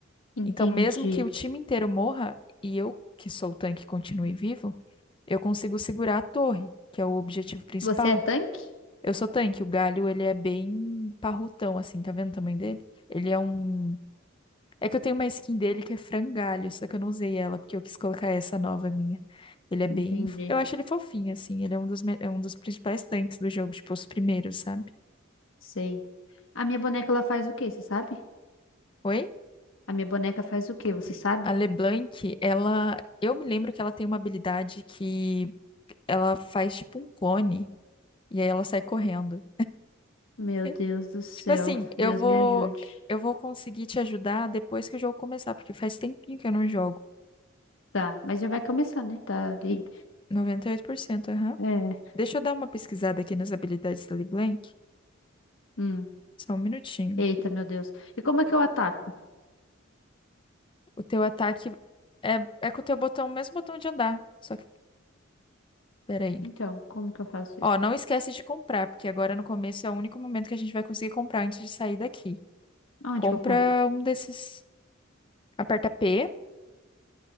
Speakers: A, on the left; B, on the left.
A: entendi.
B: Então, mesmo que o time inteiro morra e eu, que sou o tanque, continue vivo, eu consigo segurar a torre, que é o objetivo principal.
A: Você é tanque?
B: Eu sou tanque, o galho, ele é bem parrutão, assim, tá vendo o tamanho dele? Ele é um. É que eu tenho uma skin dele que é frangalho, só que eu não usei ela, porque eu quis colocar essa nova minha. Ele é bem.
A: Entendi.
B: fo- Eu acho ele fofinho, assim. Ele é um dos, me- é um dos principais tanques do jogo, tipo, os primeiros, sabe?
A: Sei. A minha boneca, ela faz o quê, você sabe?
B: Oi?
A: A minha boneca faz o quê, você sabe?
B: A LeBlanc, ela. Eu me lembro que ela tem uma habilidade que ela faz tipo um clone. E aí ela sai correndo.
A: Meu
B: É,
A: Deus do céu.
B: Tipo assim,
A: Deus
B: eu vou
A: me ajude.
B: eu vou conseguir te ajudar depois que o jogo começar, porque faz tempinho que eu não jogo.
A: Tá, mas já vai começar, né? Tá ali.
B: Noventa e oito por cento aham.
A: É.
B: Deixa eu dar uma pesquisada aqui nas habilidades da LeBlanc.
A: Hum.
B: Só um minutinho.
A: Eita, meu Deus. E como é que eu ataco?
B: O teu ataque é, é com o teu botão, o mesmo botão de andar. Só que, peraí.
A: Então, como que eu faço
B: Ó,
A: isso?
B: não esquece de comprar, porque agora no começo é o único momento que a gente vai conseguir comprar antes de sair daqui.
A: Onde
B: Compra
A: que eu compro?
B: um desses. Aperta P